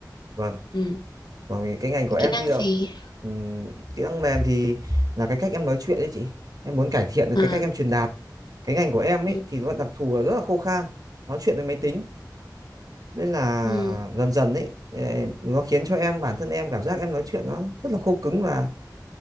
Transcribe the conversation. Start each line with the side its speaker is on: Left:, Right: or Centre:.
Right: Vâng.
Left: Ừ.
Right: Còn vì cái ngành của em
Left: Kỹ năng
Right: tuy là
Left: gì?
Right: ừm, kỹ năng mềm thì là cái cách em nói chuyện đấy chị. Em muốn cải thiện được
Left: À.
Right: cái cách em truyền đạt. Cái ngành của em
Left: Ừ.
Right: ấy thì nó đặc thù là rất là khô khan, nói chuyện với máy tính nên là
Left: Ừ.
Right: dần dần ấy eh, nó khiến cho em bản thân em cảm giác em nói chuyện nó rất là khô cứng và